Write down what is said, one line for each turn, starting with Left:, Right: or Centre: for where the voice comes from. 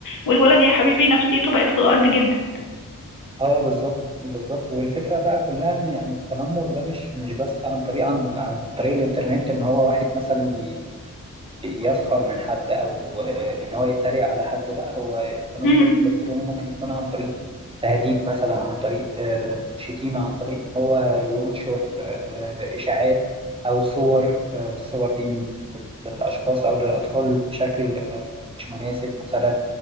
Left: والولد يا حبيبي نفسيته بقت في الارض جدا
Right: اه بالظبط بالظبط والفكره بقى كلها ان يعني التنمر ده مش مش بس عن طريق عن, عن طريق الانترنت ان هو واحد مثلا ي- يسخر من حد او آه، ان هو يتريق على حد لا هو التنمر
Left: مهم.
Right: الالكتروني ممكن يكون عن طريق تهديد مثلا عن طريق آه، شتيمه عن طريق ان هو ينشر آه، اشاعات او صور آه، الصور دي للأشخاص أو للأطفال بشكل آه، مش مناسب مثلا